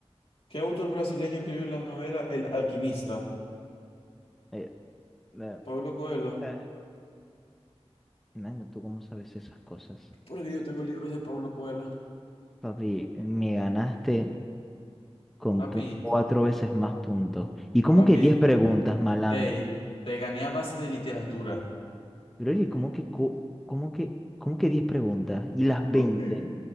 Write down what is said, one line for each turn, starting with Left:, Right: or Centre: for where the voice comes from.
Left: ¿Qué autor brasileño escribió la novela El Alquimista?
Centre: Eh, eh,
Left: Pablo Coelho.
Centre: Eh, Mango, ¿tú cómo sabes esas cosas?
Left: Porque yo tengo libros de Pablo Coelho.
Centre: Papi, me ganaste con
Left: Papi,
Centre: pu- cuatro veces más puntos. ¿Y cómo
Left: papi.
Centre: que diez preguntas, malandro?
Left: Ey, te gané a base de literatura.
Centre: Pero oye, ¿cómo que, co- cómo que, cómo que diez preguntas? ¿Y las veinte?
Left: Papi,